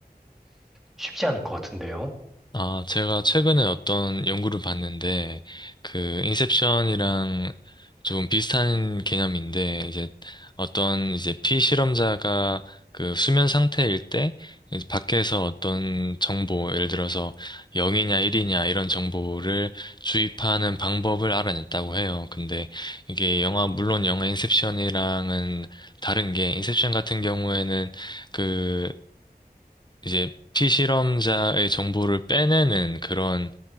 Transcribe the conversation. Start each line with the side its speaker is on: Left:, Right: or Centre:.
Centre: 쉽지 않을 것 같은데요.
Left: 아, 제가 최근에 어떤 연구를 봤는데, 그, 인셉션이랑 좀 비슷한 개념인데, 이제 어떤 이제 피실험자가 그 수면 상태일 때, 이제 밖에서 어떤 정보, 예를 들어서 0이냐 1이냐 이런 정보를 주입하는 방법을 알아냈다고 해요. 근데 이게 영화, 물론 영화 인셉션이랑은 다른 게, 인셉션 같은 경우에는 그 이제 피실험자의 정보를 빼내는 그런